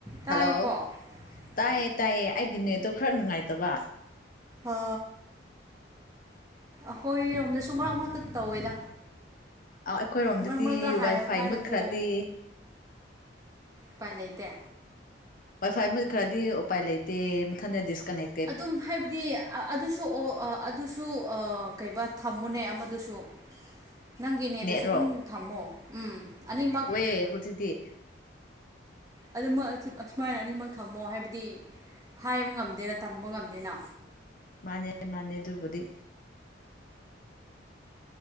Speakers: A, on the right (about 15°); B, on the left (about 45°).
A: ꯇꯥꯏꯀꯣ
B: Hello ꯇꯥꯏꯌꯦ
A: ꯍꯣꯏ
B: ꯇꯥꯏꯌꯦ ꯑꯩꯒꯤ ꯅꯦꯠꯇꯣ ꯈꯔ ꯅꯨꯡꯉꯥꯏꯇꯕ
A: ꯑ ꯍ ꯑꯈꯣꯏꯔꯣꯝꯗꯁꯨ ꯃꯔꯛ ꯃꯔꯛꯇ ꯇꯧꯋꯦꯗ
B: ꯑꯥꯎ ꯑꯩꯈꯣꯏꯔꯣꯝꯗꯗꯤ
A: ꯃꯔꯛ ꯃꯔꯛꯇ ꯍꯥꯏ
B: ꯋꯥꯏꯐꯥꯏ
A: ꯍꯥꯏꯕꯕꯨ
B: ꯃꯨꯠꯈ꯭ꯔꯗꯤ
A: ꯄꯥꯏ ꯂꯩꯩꯇꯦ
B: ꯋꯥꯏ ꯐꯥꯏ ꯃꯨꯠ ꯈ꯭ꯔꯗꯤ ꯎꯄꯥꯏ ꯂꯩꯇꯦ ꯃꯊꯟꯗ ꯗꯤꯁꯀꯅꯦꯛ
A: ꯑꯗꯨꯝ ꯍꯥꯏꯕꯗꯤ ꯑꯥ ꯑꯗꯨꯁꯨ ꯑꯣ ꯑꯥ ꯑꯗꯨꯁꯨ ꯑꯥ ꯀꯩꯕꯥ ꯊꯝꯃꯨꯅꯦ ꯑꯃꯗꯨꯁꯨ ꯅꯪꯒꯤꯅꯦꯠ ꯑꯗꯨꯁꯨ
B: ꯅꯦꯠꯔꯣ
A: ꯑꯗꯨꯝ ꯊꯝꯃꯣ ꯎꯝ ꯑꯅꯤꯃꯛ
B: ꯑꯦ ꯍꯧꯖꯤꯛꯇꯤ
A: ꯑꯗꯨꯃꯛ ꯑꯆꯨ ꯑꯁꯨꯃꯥꯏꯅ ꯑꯅꯤꯃꯛ ꯊꯝꯃꯣ ꯍꯥꯏꯕꯗꯤ ꯍꯥꯏꯕ ꯉꯝꯗꯦꯅ ꯇꯝꯕ ꯉꯝꯗꯦꯅ
B: ꯃꯥꯅꯦ ꯃꯥꯅꯦ ꯑꯗꯨꯕꯨꯗꯤ